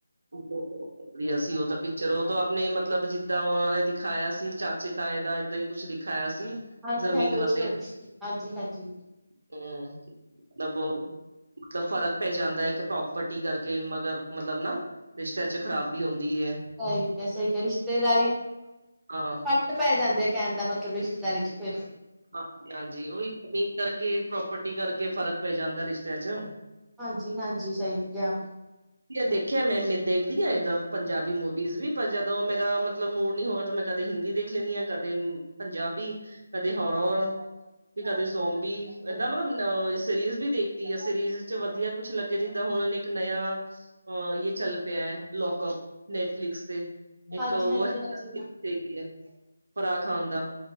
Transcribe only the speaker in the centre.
ਹਾਂਜੀ-
ਹਾਂਜੀ
<unintelligible> ਹਾਂਜੀ-ਹਾਂਜੀ-ਹਾਂਜੀ।
ਸਈ ਕਿਆ-ਸਈ ਕਿਆ ਰਿਸ਼ਤੇਦਾਰੀ ਫਰਕ
ਪੈ ਜਾਂਦੈ ਕੈਨ ਦਾ ਮਤਲਬ ਰਿਸ਼ਤੇਦਾਰੀ ਚ ਫੇਰ।
ਹਾਂਜੀ-ਹਾਂਜੀ ਸਈ ਕਿਆ
ਹਾਂਜੀ
ਹਾਂਜੀ
ਹਾਂਜੀ।